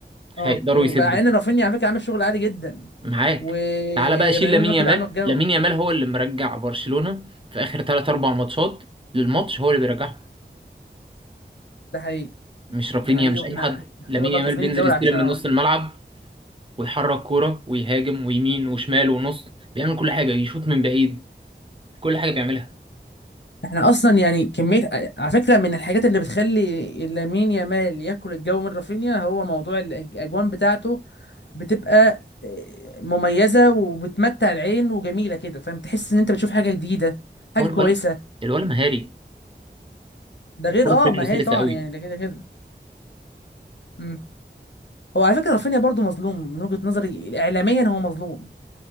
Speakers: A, on the left (about 70°); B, on the right (about 30°).
A: اه
B: هيقدروا
A: يعني
B: يسدوا
A: مع ان رافينيا على فكره عامل شغل عالي جدا
B: معاك
A: ورامين
B: تعالى بقى شيل لامين
A: واكل
B: يامال
A: عنه الجو
B: لامين يامال هو اللي مرجع برشلونة في آخر 3 4 ماتشات للماتش هو اللي بيرجعهم
A: ده حقيقي
B: مش رافينيا
A: ده حقيقي
B: مش
A: واحنا
B: أي حد
A: نعتبر
B: لامين
A: بقى
B: يامال
A: كسبانين
B: بينزل
A: الدوري
B: يستلم
A: عشانه
B: من نص
A: اصلا
B: الملعب ويحرك كورة ويهاجم ويمين وشمال ونص بيعمل كل حاجة يشوط من بعيد كل حاجة بيعملها
A: احنا اصلا يعني كميه على فكره من الحاجات اللي بتخلي لامين يامال ياكل الجو من رافينيا هو موضوع الأج- الاجوان بتاعته بتبقى آه، مميزه وبتمتع العين وجميله كده فاهم تحس ان انت بتشوف حاجه جديده حاجه
B: هو الولد
A: كويسه
B: الولد مهاري
A: ده
B: الكورة
A: غير اه
B: في رجله
A: ما
B: سلسة
A: هي طبعا
B: قوي
A: يعني ده كده كده مم. هو على فكره رافينيا برضو مظلوم من وجهه نظري اعلاميا هو مظلوم